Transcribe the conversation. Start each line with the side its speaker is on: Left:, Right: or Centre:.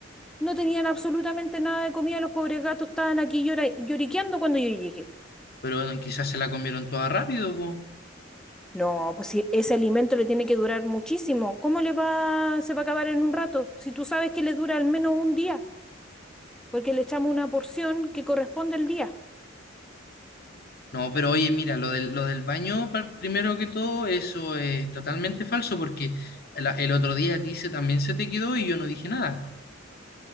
Centre: No tenían absolutamente nada de comida, los pobres gatos estaban aquí llora, lloriqueando cuando yo llegué.
Left: Pero bueno, quizás se la comieron toda rápido, po.
Centre: No, pues si ese alimento le tiene que durar muchísimo, ¿cómo le va, se va a acabar en un rato? Si tú sabes que le dura al menos un día, porque le echamos una porción que corresponde al día.
Left: No, pero oye, mira, lo del, lo del baño, pa- primero que todo, eso es totalmente falso porque el, el otro día a ti se, también se te quedó y yo no dije nada.